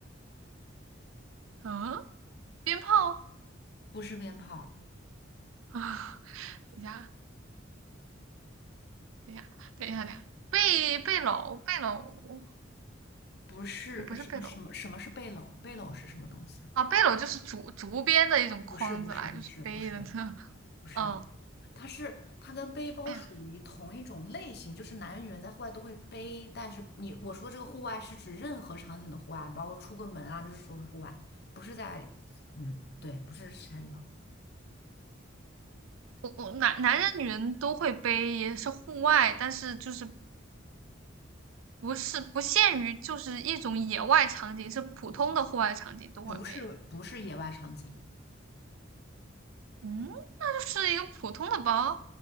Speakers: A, on the right; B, on the left.
A: 嗯，鞭炮
B: 不是鞭炮。
A: 啊！<laughs> 等一下，等一下，等一下，等一下，背背篓，背篓
B: 不是什么什么什么是背篓？
A: 也不是背篓
B: 背篓是什么东西？
A: 啊，背篓就是竹竹编的一种筐子啦，
B: 不是不是不是不是
A: 就是背的呢。
B: 不是，
A: 嗯，
B: 它是它跟背包属于同一种类型，
A: 哎
B: 就是男人女人在户外都会背，但是你我说这个户外是指任何场景的户外，包括出个门啊，这是属于户外，不是在嗯对，不是其他地方，
A: 我我男男人女人都会背，也是户外，但是就是不是不限于就是一种野外场景，是普通的户外场景都会背。
B: 不不是不是野外场景。
A: 嗯，那就是一个普通的包。